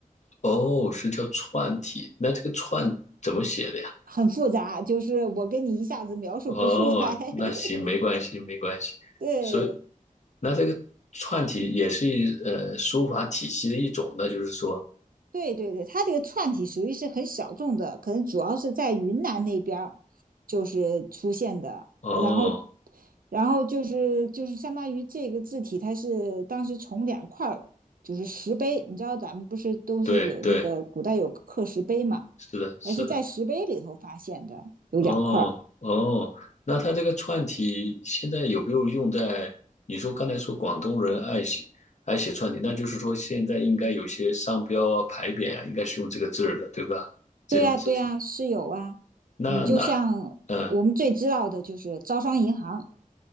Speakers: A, on the left; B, on the right.
A: 哦，是叫篆体。那这个篆怎么写的呀？
B: 很复杂，就是我跟你一下子描述不出来。
A: 哦，
B: <laughs>
A: 那行，没关系，没关系。
B: 对，
A: 所以，那这个篆体也是一呃书法体系的一种，那就是说，
B: 对对对，它这个串体属于是很小众的，可能主要是在云南那边儿就是出现的。
A: 哦，
B: 然后，然后就是就是相当于这个字体，它是当时从两块儿就是石碑，你知道咱们不是都是有那个古代有刻石碑嘛，
A: 对对，是的，是的。
B: 它是在石碑里头发现的，有两块儿。
A: 哦哦，那他这个串体现在有没有用在？你说刚才说广东人爱写爱写串体，那就是说现在应该有些商标啊、牌匾啊，应该是用这个字儿的，对吧？这种字体。
B: 对呀，对呀，是有啊。
A: 那那
B: 嗯，就像我们最知道的就是招商银行，
A: 嗯，